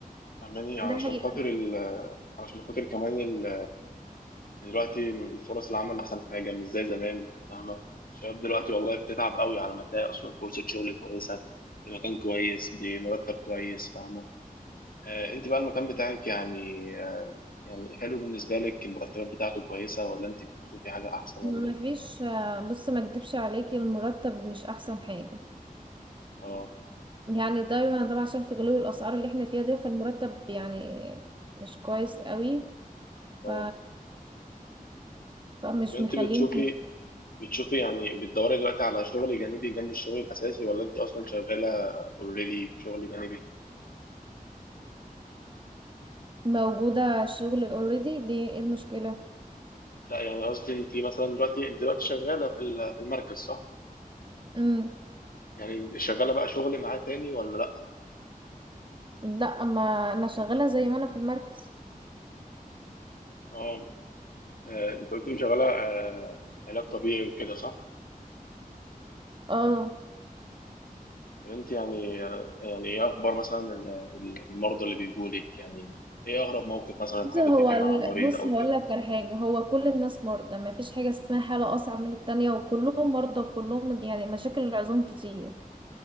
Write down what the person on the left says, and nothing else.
فاهماني علشان
خاطر ال... علشان خاطر كمان ال... دلوقتي الفرص العمل احسن حاجه مش زي زمان فاهمه الشباب دلوقتي والله بتتعب قوي على ما تلاقي اصلا فرصه شغل كويسه في مكان كويس بمرتب كويس فاهمه آه انت بقى المكان بتاعك يعني آه يعني حلو بالنسبه لك المرتبات بتاعته كويسه ولا انت بتشوفي حاجه احسن ولا
ايه
اه
اه
طب انت
بتشوفي بتشوفي يعني بتدوري دلوقتي على شغل جانبي جنب الشغل الأساسي ولا أنت أصلا شغالة اوريدي في شغل جانبي؟
لا يعني قصدي أنت مثلا دلوقتي أنت دلوقتي شغالة في ال- في المركز صح؟
يعني شغالة بقى شغل معاه تاني ولا لأ؟
أه آه، أنت قلت لي شغالة آه، علاج طبيعي وكده صح؟
طب أنت يعني آه، يعني إيه أخبار مثلا ال- ال- المرضى اللي بيجولك يعني إيه أغرب موقف مثلا اتحطيتي
فيه
مع مريض
أو
كده؟